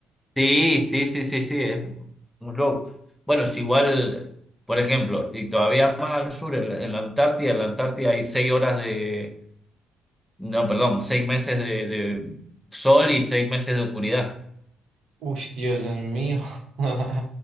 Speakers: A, in the centre; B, on the right.
A: Sí, sí, sí, sí, sí, es un loco. Bueno, es igual, por ejemplo, y todavía más al sur, en, la en la Antártida, en la Antártida hay seis horas de, no, perdón, seis meses de, de sol y seis meses de oscuridad.
B: Uy, Dios mío. <laughs>